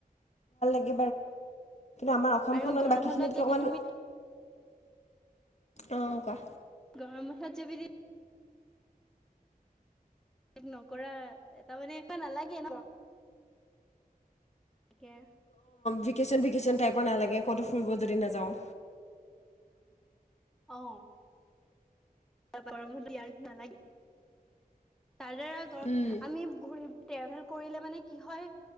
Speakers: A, on the left (about 45°); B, in the centre.
A: কি আমাৰ অসমখন
B: আৰু
A: মানে
B: গৰম
A: বাকীখিনিতকে
B: বন্ধত যদি
A: অকমান
B: তুমি
A: অ', কোৱা।
B: গৰম বন্ধত যাবি নকৰা এটা মানে একা নালাগে ন তাকে
A: ভেকেশ্যন ভেকেশ্যন টাইপৰ নালাগে ক'তো ফুৰিব যদি নাযাওঁ।
B: অ',। গৰম ইয়াৰ নালাগে। তাৰ দ্বাৰা
A: উম,
B: আমি ঘূৰি ট্ৰেভেল কৰিলে মানে কি হয়